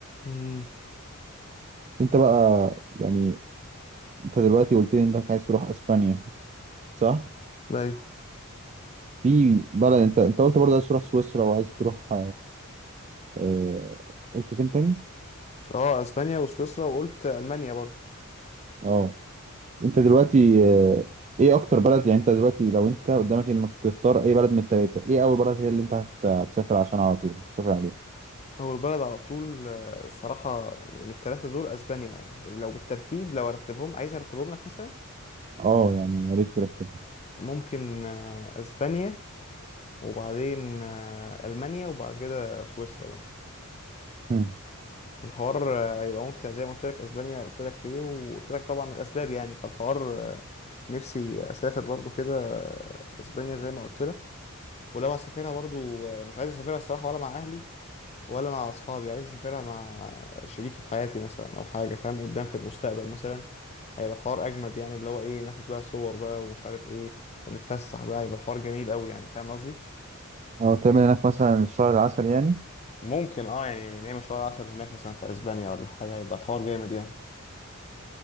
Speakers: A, on the left (about 30°); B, on the right (about 30°).
A: امم
B: انت بقى يعني انت دلوقتي قلت لي انك عايز تروح اسبانيا صح
A: ايوه
B: في بلد انت انت قلت برضه عايز تروح سويسرا وعايز تروح آه، قلت فين تاني
A: اه اسبانيا وسويسرا وقلت المانيا برضه
B: اه انت دلوقتي آه، ايه اكتر بلد يعني انت دلوقتي لو انت قدامك انك تختار اي بلد من التلاتة ايه اول بلد هي اللي انت هت- هتسافر عشان على طول تسافر عليه
A: اول بلد على طول آه، الصراحه من الثلاثه دول اسبانيا يعني لو بالترتيب لو ارتبهم عايز ارتبهم لك مثلا
B: اه يعني يا ريت ترتب
A: ممكن آه، اسبانيا وبعدين آه، ألمانيا وبعد كده سويسرا بقى
B: مم.
A: الحوار آه، هيبقى ممتع زي ما قلت لك اسبانيا قلت لك ليه وقلت لك طبعا الاسباب يعني فالحوار آه، نفسي اسافر برضو كده آه، اسبانيا زي ما قلت لك ولو هسافرها برضو آه، مش عايز اسافرها الصراحه ولا مع اهلي ولا مع اصحابي عايز اسافرها مع شريكة حياتي مثلا او حاجه فاهم قدام في المستقبل مثلا هيبقى الحوار اجمد يعني اللي هو ايه ناخد بقى صور بقى ومش عارف ايه ونتفسح بقى يبقى الحوار جميل قوي يعني فاهم قصدي
B: اه تعمل هناك مثلا الشهر العسل يعني
A: ممكن اه يعني نعمل شهر عسل هناك مثلا في اسبانيا ولا حاجه يبقى الحوار جامد يعني